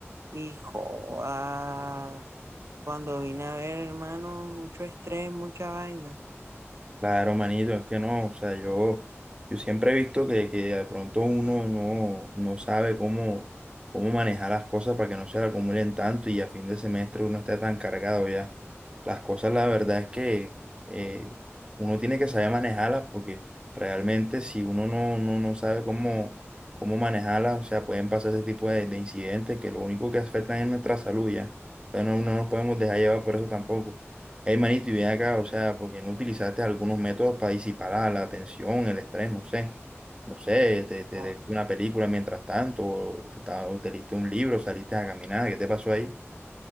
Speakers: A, on the right; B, on the right.
A: Y joda. Cuando vine a ver, hermano, mucho estrés, mucha vaina.
B: Claro, manito, es que no, o sea, yo, yo siempre he visto que, que de pronto uno no, no sabe cómo, cómo manejar las cosas para que no se le acumulen tanto y a fin de semestre uno está tan cargado ya. Las cosas, la verdad es que eh, uno tiene que saber manejarlas porque realmente si uno no, no, no sabe cómo, cómo manejarlas, o sea, pueden pasar ese tipo de, de incidentes que lo único que afectan es nuestra salud ya. Pero no, no nos podemos dejar llevar por eso tampoco. Hey, manito, y ven acá, o sea, porque no utilizaste algunos métodos para disipar la, la tensión, el estrés, no sé, no sé, te, te,
A: O,
B: te- una película mientras tanto, o te, estaba- o te leíste un libro, saliste a caminar, ¿qué te pasó ahí?